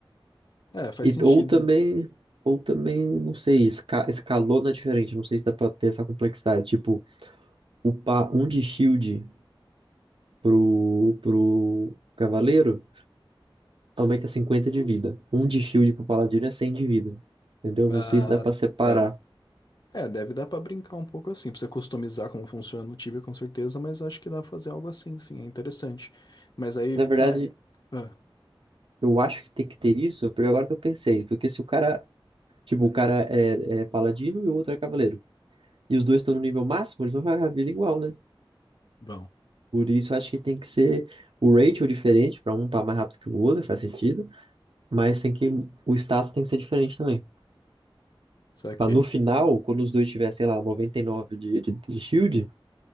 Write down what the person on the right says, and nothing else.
E,
ou também, ou também, não sei, esca, escalona diferente, não sei se dá pra ter essa complexidade. tipo upar um de shield pro, pro cavaleiro aumenta 50 de vida. Um de shield pro paladino é 100 de vida. Entendeu?
Não sei se dá pra separar.
Na verdade,
eu acho que tem que ter isso, porque agora que eu pensei, porque se o cara, tipo, o cara é, é paladino e o outro é cavaleiro, e os dois estão no nível máximo, eles vão ficar com a vida igual, né?
Por isso, eu acho que tem que ser o ratio diferente, pra um upar mais rápido que o outro, faz sentido, mas tem que, o status tem que ser diferente também.
Pra no final, quando os dois tiverem, sei lá, 99 de, de, de shield,